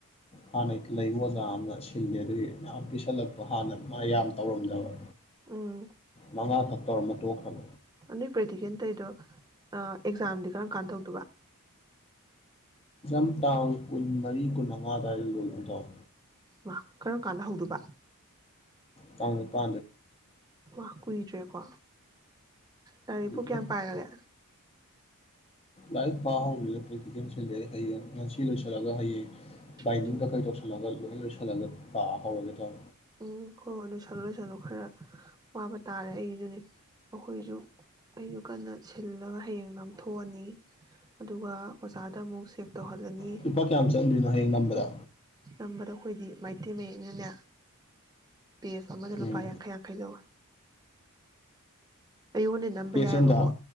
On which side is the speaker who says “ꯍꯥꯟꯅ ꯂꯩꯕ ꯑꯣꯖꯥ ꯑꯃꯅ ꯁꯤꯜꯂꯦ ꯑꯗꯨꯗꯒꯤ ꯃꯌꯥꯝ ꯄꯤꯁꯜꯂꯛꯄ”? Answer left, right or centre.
Left